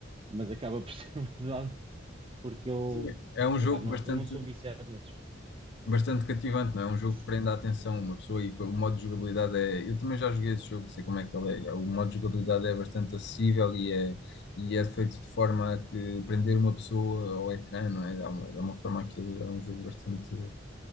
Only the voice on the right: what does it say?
mas acaba por <laughs> ser verdade, porque eu,
epá, não,
eu não sou viciado nesses.
Se-